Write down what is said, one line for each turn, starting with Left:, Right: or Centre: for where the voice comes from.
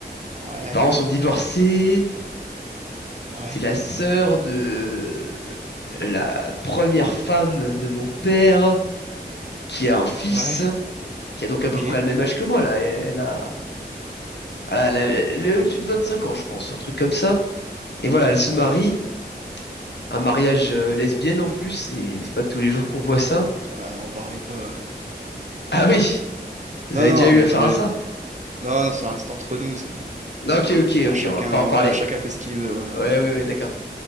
Right: Ouais,
Left: Les parents sont divorcés.
Right: ouais,
Left: C'est la sœur de la première femme de mon père qui a un fils,
Right: ouais,
Left: qui a donc
Right: ok,
Left: à peu près le même âge que moi, là. Elle a... voilà, Elle a- elle est au-dessus de 25 ans, je pense, un truc comme ça. Et voilà, elle se marie.
Right: ouais,
Left: Un mariage euh, lesbienne en plus, et c'est pas tous les jours qu'on voit ça.
Right: ouais, en parlez pas. ouais.
Left: Ah oui, Vous
Right: Non,
Left: avez
Right: non,
Left: déjà eu
Right: mais
Left: affaire
Right: ouais,
Left: à ça?
Right: non, non, ça reste entre nous, ça, mais...
Left: Non, ok, ok,
Right: bon,
Left: ok,
Right: chacun,
Left: on va pas en
Right: voilà,
Left: parler.
Right: chacun fait ce qu'il veut, voilà,
Left: Ouais,
Right: ouais,
Left: ouais,
Right: ouais.
Left: ouais, d'accord.